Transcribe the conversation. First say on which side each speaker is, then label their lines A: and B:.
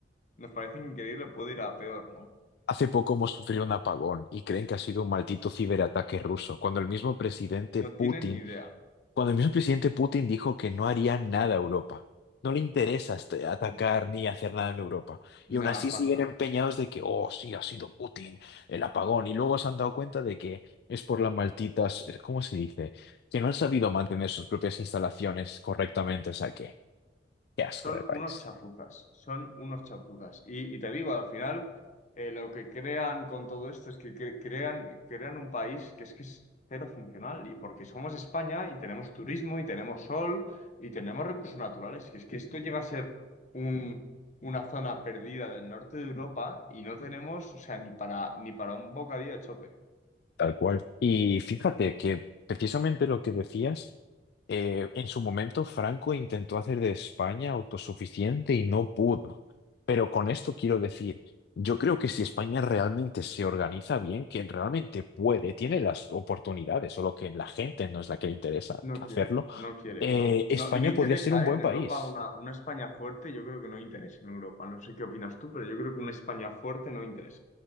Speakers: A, on the left; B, on the left.
A: nos parece increíble, puede ir a peor, ¿no?
B: Hace poco hemos sufrido un apagón y creen que ha sido un maldito ciberataque ruso, cuando el mismo presidente
A: No
B: Putin
A: tienen ni idea.
B: Cuando el mismo presidente Putin dijo que no haría nada a Europa. No le interesa este- atacar
A: Mm.
B: ni hacer nada en Europa.
A: Nada,
B: Y aún así
A: pasa.
B: siguen empeñados de que, oh, sí, ha sido Putin, el apagón. Y luego se han dado cuenta de que es por las malditas, eh, ¿cómo se dice? Que no han sabido mantener sus propias instalaciones correctamente. O sea que, qué asco
A: Son
B: de país.
A: unos chapuzas, son unos chapuzas. Y, y te digo, al final, eh, lo que crean con todo esto es que cre- crean, crean un país que es que es cero funcional. Y porque somos España y tenemos turismo y tenemos sol y tenemos recursos naturales, que es que esto llega a ser un, una zona perdida del norte de Europa y no tenemos, o sea, ni para, ni para un bocadillo de chope.
B: Tal cual. Y fíjate que precisamente lo que decías, eh, en su momento Franco intentó hacer de España autosuficiente y no pudo. Pero con esto quiero decir, yo creo que si España realmente se organiza bien, que realmente puede, tiene las oportunidades, solo que la gente no es la que le interesa
A: No
B: hacerlo,
A: quiere, no quiere,
B: eh,
A: no.
B: España
A: No, y no interesa,
B: podría ser un buen
A: ¿eh? En Europa
B: país.
A: una, una España fuerte, yo creo que no interesa en Europa. No sé qué opinas tú, pero yo creo que una España fuerte no interesa.